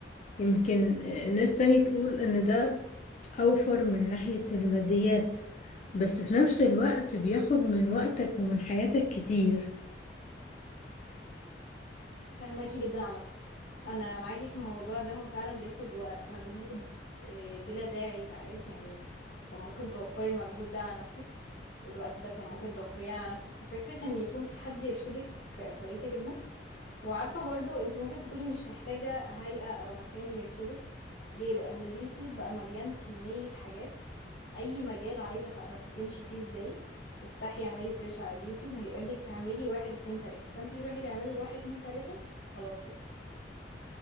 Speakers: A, on the left; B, on the left.
A: يمكن ناس تاني تقول ان ده اوفر من ناحية الماديات بس في نفس الوقت بياخد من وقتك ومن حياتك كتير
B: فاهماكي جدا عامة أنا معاكي في الموضوع ده هو فعلا بياخد و- مجهود آه، بلا داعي ساعات يعني كان ممكن توفري المجهود ده على نفسك والوقت ده كان ممكن توفريه على نفسك ففكرة إن يكون في حد يرشدك آه، كويسة جدا وعارفة برضه انتي ممكن تكوني مش محتاجة هيئة أو مكان يرشدك ليه؟ لأن اليوتيوب بقى مليان كمية حاجات اي مجال عايزة تعرفي تمشي فيه ازاي افتحي اعملي سيرش على اليوتيوب هيقولك تعملي واحد اتنين تلاتة فانتي تروحي تعملي الواحد اتنين تلاتة خلاص كده